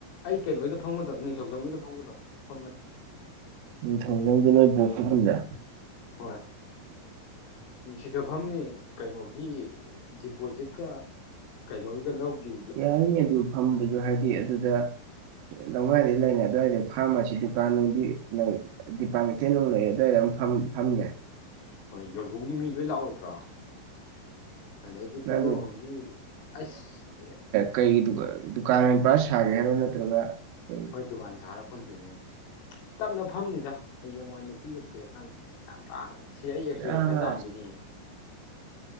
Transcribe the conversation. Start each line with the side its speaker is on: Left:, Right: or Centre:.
Left: ꯑꯩ ꯀꯩꯅꯣꯒꯤꯗ ꯐꯝꯒꯗꯧ ꯅꯤꯡꯊꯧꯖꯝꯒꯤꯗ ꯐꯝꯒꯗꯧ ꯐꯝꯃꯗꯤ꯫
Right: ꯅꯤꯡꯊꯧꯖꯝꯒꯤ ꯅꯣꯏ ꯕꯣꯛꯀꯕꯨꯗ꯫
Left: ꯍꯣꯏ꯫ ꯁꯤꯗꯐꯝꯅꯤ ꯀꯩꯅꯣꯒꯤ ꯗꯤꯄꯣꯖꯤꯠꯀ꯫ ꯀꯩꯅꯣꯋꯒ ꯂꯧꯈꯤ꯫
Right: ꯌꯥꯏꯅꯦ ꯑꯗꯨ ꯐꯝꯕꯁꯨ ꯍꯥꯏꯗꯤ ꯑꯗꯨꯗ꯫ ꯂꯝꯗꯥꯥꯏꯗꯩ ꯂꯩꯅꯤ ꯑꯗꯨꯋꯥꯏꯗꯩ ꯐꯥꯔꯃꯥꯁꯤ ꯗꯨꯀꯥꯟꯅꯨꯡꯗꯤ ꯂꯩ꯫ ꯗꯤꯄꯥ ꯃꯦꯟꯇꯦꯟ ꯂꯩꯑꯦ ꯑꯗꯨꯋꯥꯏꯗꯝ ꯐꯝ ꯌꯥꯏ꯫
Left: ꯍꯣꯏ ꯌꯣꯔꯕꯣꯡꯒꯤ ꯃꯤ ꯂꯣꯏ ꯂꯥꯛꯑꯣꯏꯗ꯭ꯔꯣ꯫ ꯑꯗꯒꯤ ꯄꯨꯡꯗꯣꯡꯕꯝꯒꯤ
Right: ꯅꯪꯗꯨ
Left: ꯑꯁ꯫
Right: ꯀꯩꯒꯤꯗꯨ ꯗꯨꯀꯥꯟ ꯑꯣꯏꯅ ꯄꯨꯔꯥ ꯁꯥꯒꯦ ꯍꯥꯏꯔꯣ ꯅꯠꯇ꯭ꯔꯒ ꯀꯩ꯫
Left: ꯑꯩ ꯗꯨꯀꯥꯟ ꯁꯥꯔ ꯐꯝꯗꯣꯏꯅꯤꯉ ꯇꯞꯅ ꯐꯝꯅꯤꯗ꯫ ꯍꯌꯦꯡꯋꯥꯏ ꯅꯨꯄꯤꯒ ꯊꯤꯔꯀꯥꯟꯗ ꯌꯥꯝ ꯇꯥꯡꯉ ꯁꯤ ꯑꯩ ꯑꯦꯛꯁꯄꯤꯔꯌꯦꯟꯁ
Right: ꯆꯥꯕ
Left: ꯈꯔ ꯇꯥꯟꯈꯤꯅꯤꯌꯦ꯫